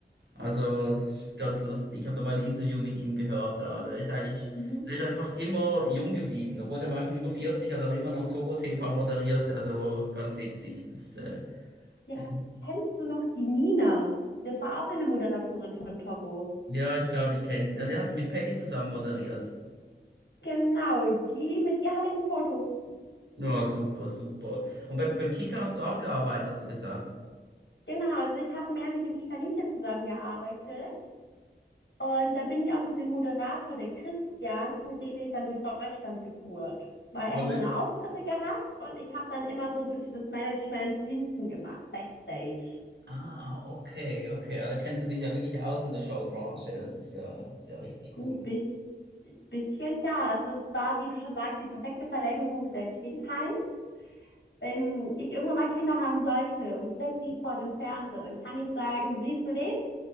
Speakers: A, on the right (about 80°); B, on the left (about 85°).
A: Also, das ist ganz lustig. Ich habe da mal ein Interview mit ihm gehört. Da. Der ist eigentlich,
B: Mhm.
A: der ist einfach immer jung geblieben. Obwohl der war schon über 40, hat aber immer noch Togo TV moderiert. Also, ganz witzig. Das, äh,
B: Ja,
A: ist, ein-
B: kennst du noch die Nina? Das war auch eine Moderatorin von Togo.
A: ja, ich glaube, ich kenne. Ja, der hat ihn mit Paddy zusammen moderiert.
B: Genau, die, mit ihr habe ich ein Foto.
A: Ja, super, super. Und beim, beim Kicker hast du auch gearbeitet, hast du gesagt.
B: Genau, also ich habe mehr mit dem Kikaninchen zusammengearbeitet. Und da bin ich auch mit dem Moderator, der Christian, mit dem bin ich dann durch Deutschland getourt. Weil
A: Ja,
B: er hat
A: wirklich.
B: so eine Auftritte gehabt und ich habe dann immer so ein bisschen das Management hinten gemacht, Backstage.
A: Ah, okay, okay. Also kennst du dich ja wirklich aus in der Showbranche. Das ist ja, ja richtig
B: Ein
A: cool.
B: bi- bisschen, ja. Also es war, wie du schon sagst, die perfekte Verlängerung der Kindheit. wenn ich irgendwann mal Kinder haben sollte und ich setze sie vor den Fernseher, dann kann ich sagen, siehst du den?